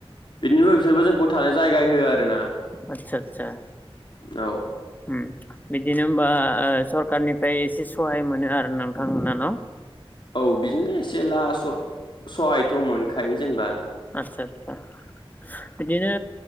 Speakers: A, on the left; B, on the left.
A: बिदिनो बिसोरबो जोंखौ थानो जायगा होयो आरो ना।
B: आतसा आतसा
A: औ
B: होम बिदिनो होमबा ओ सरखारनिफ्राय एसे सहाय मोनो आरो नोंथांमोना न'।
A: औ बिजोंनो एसे ला स सहायथ' मोनखायो जेनबा।
B: आतसा आतसा बिदिनो